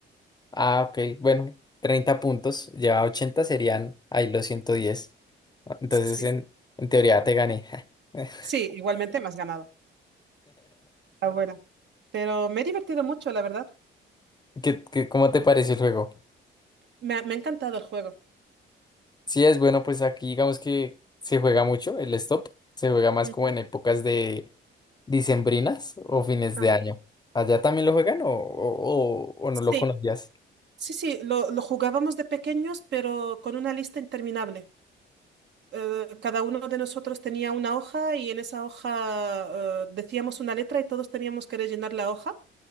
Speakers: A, on the left; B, on the right.
A: Ah, ok. Bueno, 30 puntos. Lleva 80, serían ahí los 110, Entonces,
B: Sí.
A: en, en teoría te gané. <laughs>
B: Sí, igualmente me has ganado. Está buena. Pero me he divertido mucho, la verdad.
A: ¿Qué, qué- cómo te pareció el juego?
B: Me ha, me ha encantado el juego.
A: Sí, es bueno, pues aquí digamos que se juega mucho el stop, se juega más
B: Ujú.
A: como en épocas de dicembrinas o fines
B: Ah,
A: de año. ¿Allá también lo juegan o, o- o- o no
B: sí,
A: lo conocías?
B: sí, sí, lo, lo jugábamos de pequeños, pero con una lista interminable. Eh, cada uno de nosotros tenía una hoja y en esa hoja eh, decíamos una letra y todos teníamos que rellenar la hoja.